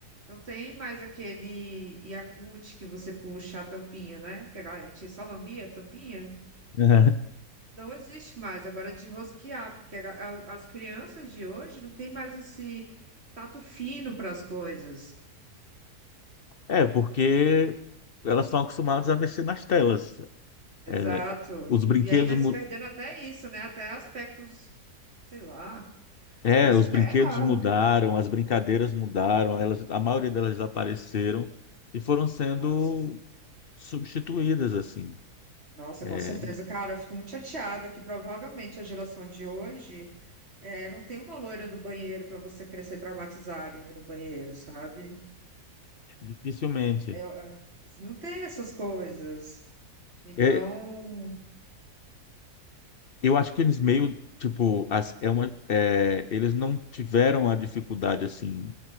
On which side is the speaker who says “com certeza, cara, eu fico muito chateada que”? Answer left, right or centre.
Right